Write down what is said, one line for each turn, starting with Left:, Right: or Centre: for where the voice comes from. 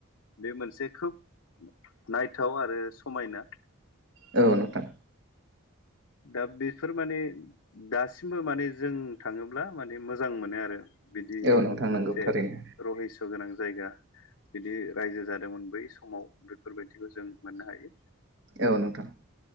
Left: बे मोनसे खोब नायथाव आरो समायना।
Right: औ नोंथां
Left: दा बेफोर माने दासिमबो माने जों थाङोब्ला माने मोजां मोनो आरो। बिदि
Right: औ नोंथां
Left: मोनसे
Right: नंगौ थारैनो
Left: रहिस गोनां जायगा बिदि रायजो जादोंमोन बै समाव बेफोरबायदिखौ जों मोननो हायो
Right: औ नोंथां